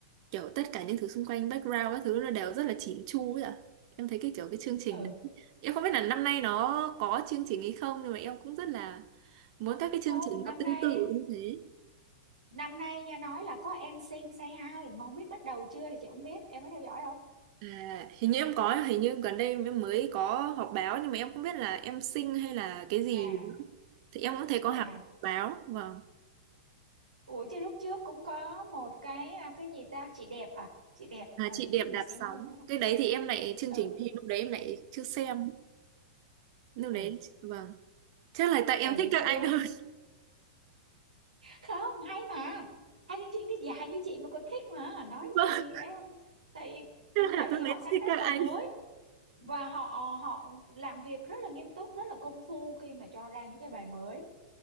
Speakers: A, on the right; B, on the right.
A: kiểu tất cả những thứ xung quanh background các thứ nó đều rất là chỉn chu ấy ạ em thấy cái kiểu cái chương trình
B: ừ
A: đấy. em không biết là năm nay nó có chương trình hay không nhưng mà em cũng rất là muốn các cái chương
B: không
A: trình
B: năm
A: nó tương
B: nay
A: tự như thế
B: năm nay nha nói là có Em Sing Say Hi mà không biết bắt đầu chưa thì chị không biết em có theo dõi không
A: À, hình như em có, hình như gần đây em mới có họp báo nhưng mà em không biết là em xinh hay là cái gì
B: à
A: nữa. Thì em cũng thấy
B: vậy
A: có hẳn
B: hả
A: báo, vâng.
B: ủa chứ lúc trước cũng có một cái à, cái gì ta chị đẹp hả chị đẹp
A: À,
B: là
A: chị
B: vì ít
A: đẹp
B: người
A: đạp
B: xem
A: sóng.
B: hơn đúng không
A: Cái đấy thì em lại chương
B: ừ
A: trình thì lúc đấy em lại chưa xem. Lúc đấy
B: ừ
A: vâng. Chắc là tại
B: ôi
A: em thích
B: những
A: các
B: cái đứa
A: anh hơn.
B: không hay mà hai chương trình thì dài như chị mà còn thích mà nói
A: <laughs>
B: gì
A: Vâng,
B: em tại
A: chắc là
B: tại
A: lúc
B: vì họ
A: đấy em
B: sáng
A: thích
B: tác
A: các
B: bài
A: anh.
B: mới và họ họ làm việc rất là nghiêm túc rất là công phu khi mà cho ra những cái bài mới